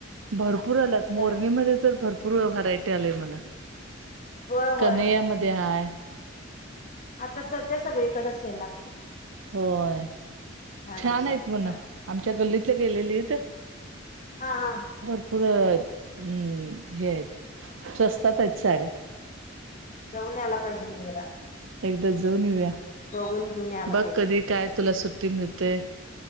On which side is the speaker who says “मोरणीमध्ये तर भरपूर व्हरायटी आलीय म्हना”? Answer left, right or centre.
Right